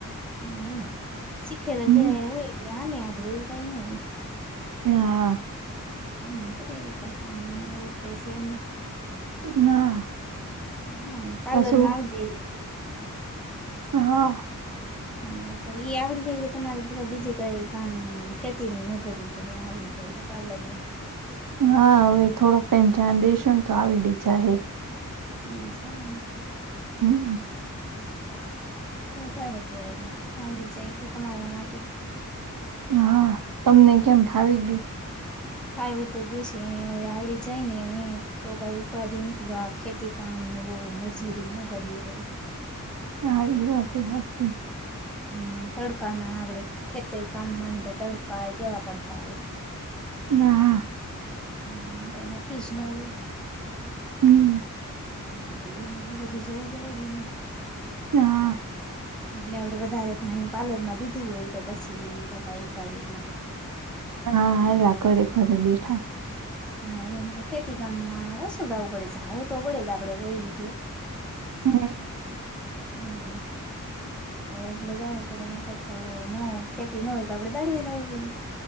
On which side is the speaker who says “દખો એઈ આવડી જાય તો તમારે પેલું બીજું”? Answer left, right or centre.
Centre